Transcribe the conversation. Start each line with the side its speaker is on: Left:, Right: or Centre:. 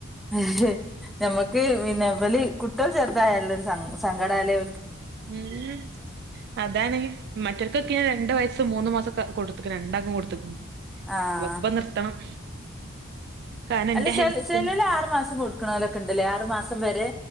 Centre: അ നമക്ക് പിന്നെ വല കുട്ടികൾ ചെർതായുള്ള ഒരു സങ്കടാലയ
Right: ഉം അതാണ് മറ്റൊർക്കൊക്കെ രണ്ട് വയസ് മൂന്ന് മാസം കൊടുത്ത്ക്ക്ണ് രണ്ടാക്കം കൊടുത്ത്ക്ണ്.
Centre: ആഹ്
Right: ഇക്കിപ്പ നിർത്തണം. കാരണം
Centre: അല്ല
Right: എന്റെ
Centre: ച
Right: ഹെൽത്തിന്
Centre: ചെലല് ആറു മാസം കൊടുക്കണലൊക്കെ ഇണ്ടല്ലേ ആറു മാസം വരെ